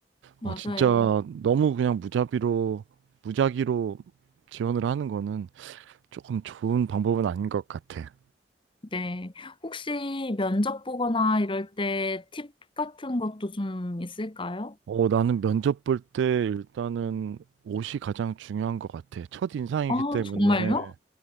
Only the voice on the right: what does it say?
어, 진짜 너무 그냥 무자비로, 무작위로 지원을 하는 거는 조금 좋은 방법은 아닌 것 같아.
어, 나는 면접 볼 때 일단은 옷이 가장 중요한 것 같아. 첫 인상이기
때문에